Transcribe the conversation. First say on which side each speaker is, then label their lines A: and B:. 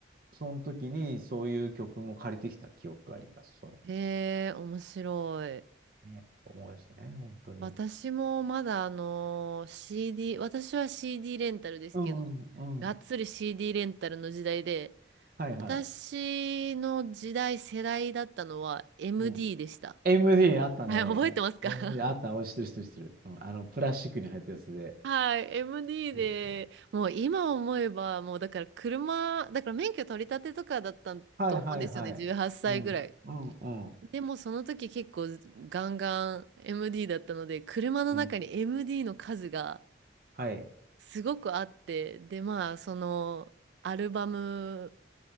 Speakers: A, on the right; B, on the right.
A: その時にそういう曲も借りてきた記憶があります。その、
B: へえ、面白い。
A: ね、思い出してね、本当に。
B: 私もまだあのー、CD、私は CD レンタルですけど、
A: うんうんうん。
B: がっつり CD レンタルの時代で、
A: はいはい。
B: 私の時代、世代だったのは MD
A: うん。
B: でした。
A: MD あったね。
B: はい、覚えてますか
A: MD あった。
B: <laughs>
A: おい、知ってる知ってる知ってる。うん。あの、プラスチックに入ったやつで。
B: はい、MD
A: そうそう。
B: で、もう今思えば、もうだから車、だから免許取り立てとかだったと思うんですよね、
A: はいはいはい。
B: 18歳ぐらい。
A: うん。うんうん
B: でもその時結構ガンガン MD だったので、車の中に
A: うん。
B: MD の数が
A: はい。
B: すごくあって、でまあそのアルバム、